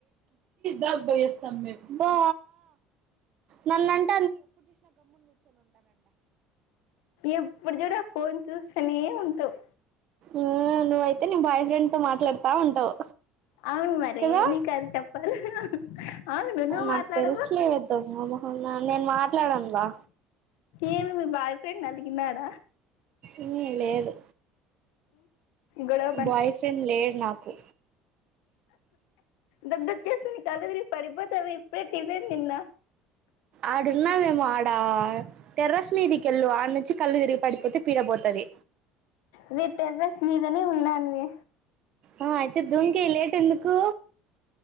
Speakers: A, on the right; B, on the left.
A: దాస్మ్ బా న <unintelligible>
B: ఎప్పుడు చూడు ఆ ఫోన్ చూస్తనే ఉంటవ్
A: ఆమ్ నువ్వైతే నీ బాయ్ ఫ్రెండ్ తో మాట్లాడతా ఉంటావు
B: అఓ <inaudible> అవును మరి
A: కదా
B: నీకది చెప్పాలి అవును నువ్వు
A: నాకు
B: మాట్లాడవు
A: తెలుసులేవద్దు నేను మాట్లాడను బ
B: ఏం మీ బాయ్ ఫ్రెండ్ అలిగినాడ
A: ఉమ్, లేదు
B: గొడవ
A: బాయ్ ఫ్రెండ్ లేడు నాకు
B: దగ్గొచేస్తుంది కళ్ళు తిరిగి పడిపోతవ ఇప్పుడే టిఫిన్ తిన్న
A: ఆడున్నావేమో ఆడ టెర్రస్ మీదికెళ్ళు ఆడి నుంచి కళ్ళు తిరిగి పడిపోతే పీడపోతది
B: మే టెర్రస్ మీదనే ఉన్నాను మే
A: ఆ అయితే దుంకై లేట్ ఎందుకు